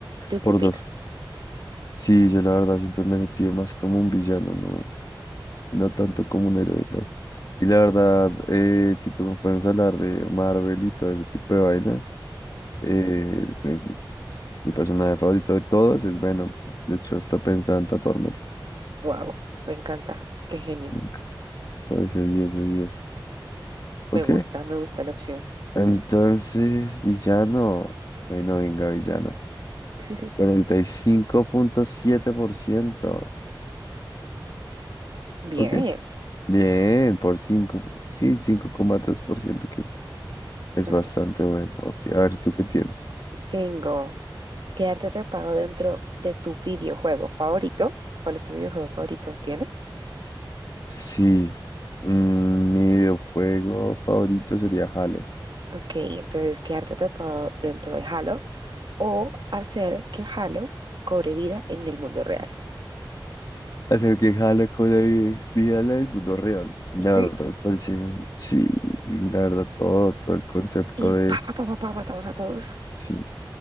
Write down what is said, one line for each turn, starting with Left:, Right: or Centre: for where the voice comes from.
Right: ¿Tú
Left: Por
Right: qué opinas?
Left: dos. Sí, yo la verdad siempre me he sentido más como un villano, ¿no? y no tanto como un héroe. ¿sabes? Y la verdad, eh, si tú me puedes hablar de Marvel y todo ese tipo de vainas, eh, pues, mi personaje favorito de todos es Venom. De hecho, hasta pensaba en tatuármelo.
Right: Wow, me encanta. Qué genio.
Left: Nunca. Parece 10 de diez Ok.
Right: Me gusta, me gusta la opción.
Left: Entonces, villano. Bueno, venga, villana.
Right: <laughs>
Left: 45.7%.
Right: Bien.
Left: Ok. Bien, por cinco Sí, cinco coma tres por ciento que es
Right: am,
Left: bastante bueno. Ok, a ver, ¿tú qué tienes?
Right: tengo quedarte atrapado dentro de tu videojuego favorito. ¿Cuál es tu videojuego favorito? ¿Tienes?
Left: Sí, mm, mi videojuego favorito sería Halo.
Right: Ok, entonces quedarte atrapado dentro de Halo o hacer que Halo cobre vida en el mundo real.
Left: Hacer que Halo con la vi- vida la del mundo real. La
Right: Sí.
Left: verdad, me parece, sí, la verdad, todo, todo el concepto
Right: Y
Left: de,
Right: pa, pa, pa, pa, pa, matamos a todos.
Left: sí,